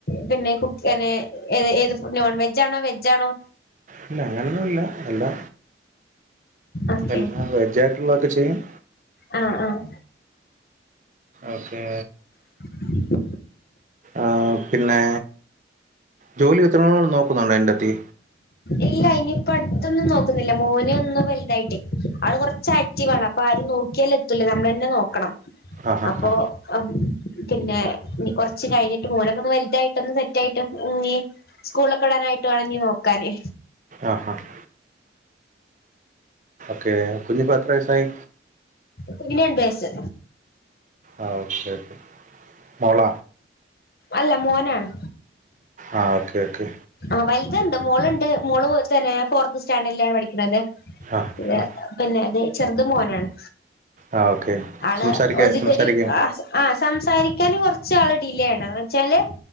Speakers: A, on the left; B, on the right.
A: പിന്നെ കു അനെ ഏത് ഏത് നോൺ വെജ ആണോ വെജാണോ
B: ഇല്ല അങ്ങനന്നുല്ല എല്ലാ
A: ഓക്കെ
B: എല്ലാ വെജായിട്ടുള്ളതൊക്കെ ചെയ്യും
A: ആഹ് ആഹ്
B: ഓക്കെ
A: <inaudible>
B: ആഹ് പിന്നെ ജോലി എത്രനാളൾ നോക്കുന്നുണ്ടോ എന്റെത്തി
A: ഇല്ല ഇനിയിപ്പ അടുത്തൊന്നും നോക്കുന്നില്ല മോനെ ഒന്നും വലുതായിട്ട് അവ കുറച്ച് ആക്റ്റീവാണ് അ പ്പാരും നോക്കിയാല് എത്തൂലേ നമ്മളെന്നെ നോക്കണം
B: ആഹാ
A: അപ്പൊ
B: ഹാ
A: ആഹ് പിന്നെ കൊറച്ച് കഴിഞ്ഞിട്ട് മോനൊക്കെ ഒന്ന് വലുതായിട്ടൊന്ന് സെറ്റ് ആയിട്ട് ഞ് സ്കൂളിലൊക്കെ ഇടാനായിട്ട് വേണന്നി നോക്കാന്
B: ആഹ് ആഹ് ക്കെ കുഞ്ഞപ്പോൾ എത്ര വയസ്സായി
A: കുഞ്ഞിന് രണ്ട് വയസ്
B: ആഹ് ഓക്കെ ക്കെ മോള
A: അല്ല മോനാണ്
B: ആഹ് ഓക്കെ ഒക്കെ
A: ആഹ് വലുത്ണ്ട് മോളുണ്ട് മോള് വീട്ട് തന്നെ ഫോർത്ത് സ്റ്റാൻഡേർഡിലാണ് പഠിക്കുന്നത്
B: ആ
A: ല്ല
B: ആ
A: പിന്നെ അത് ചെറുത് മോനാണ്
B: ആ ഓക്കെ
A: ആള്
B: സംസാരിക്ക
A: ഒത്ക്കൊരു
B: സംസാരിക്കും
A: ആഹ് ആഹ് സംസാരിക്കാന് കൊറച്ച ആള് ഡിലേണ് വച്ചാല്